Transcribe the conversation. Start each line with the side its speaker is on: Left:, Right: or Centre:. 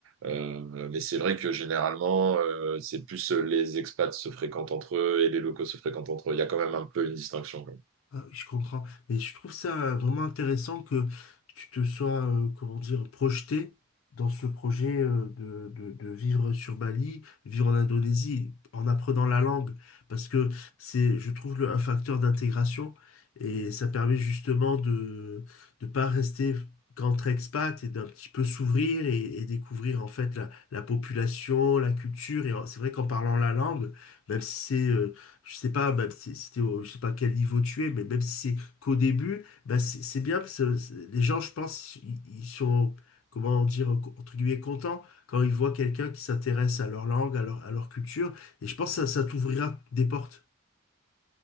Right: Euh, mais c'est vrai que généralement, euh, c'est plus les expats se fréquentent entre eux et les locaux se fréquentent entre eux. Il y a quand même un peu une distinction.
Left: Ah, oui, je comprends. Mais je trouve ça euh, vraiment intéressant que tu te sois, euh, comment dire, projeté dans ce projet euh, de, de, de vivre sur Bali, vivre en Indonésie, en apprenant la langue, parce que c'est, je trouve, le, un facteur d'intégration et ça permet justement de ne pas rester qu'entre expat et d'un petit peu s'ouvrir et, et découvrir en fait la, la population, la culture. Et en- c'est vrai qu'en parlant la langue, même si c'est euh, je sais pas, même si c'était au, je sais pas quel niveau tu es, mais même si c'est qu'au début, bah c'est c'est bien parce que c'est- les gens, je pense, ils, ils sont, comment dire, entre guillemets, contents quand ils voient quelqu'un qui s'intéresse à leur langue, à leur, à leur culture. Et je pense que ça, ça t'ouvrira des portes. <laughs>